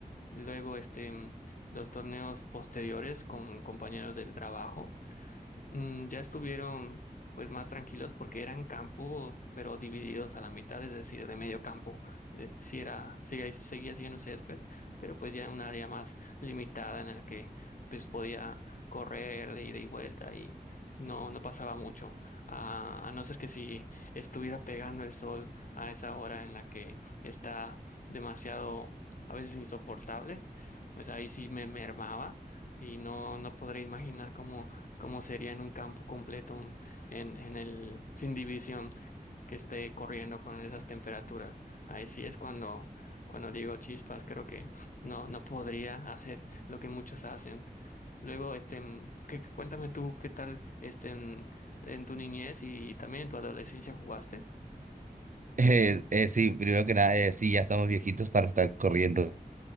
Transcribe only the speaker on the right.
Eh, eh, sí, primero que nada, eh, sí, ya estamos viejitos para estar corriendo